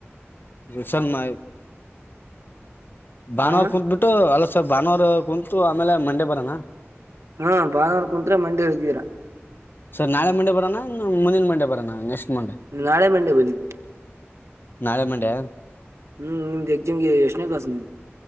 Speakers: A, on the left (about 45°); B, on the right (about 75°).
A: ಬಸ್ ಮ್ಮ ಭಾನುವರ್
B: ಹಾ
A: ಕುೂತ್ ಬಿಟ್ಟು ಅಲ ಸರ್ ಭಾನುವಾರ ಕುಂತು ಆಮೇಲೆ ಮಂಡೆ ಬರನಾ
B: ಹ ಭಾನುವಾರ ಕುಂತ್ರೆ ಮಂಡೆ ಎಲ್ಲಿದ್ದೀರಾ
A: ಸರ್ ನಾಳೆ ಮಂಡೆ ಬರೋಣ ಮುಂದಿನ ಮಂಡೆ ಬರೋಣ ನೆಕ್ಸ್ಟ್ ಮಂಡೇ
B: ನಾಳೆ ಮಂಡೆ ಬನ್ನಿ
A: ನಾಳೆ ಮಂಡೆ
B: ಹ್ಮ್ ನಿಮ್ ಎಕ್ಜಮ್ಗೆ ಕ್ಲಾಸ್ ನೀವ್